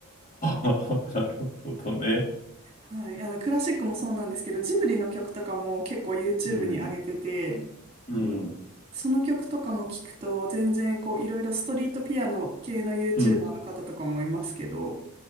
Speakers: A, on the left; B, on the right.
A: ー、<laughs> なるほどね。
B: はい。あの、クラシックもそうなんですけど、ジブリの曲とかも結構 YouTube
A: うん、
B: に上げてて、
A: うん、
B: その曲とかも聞くと全然こういろいろストリートピアノ系の YouTuber
A: うん。
B: の方とかもいますけど、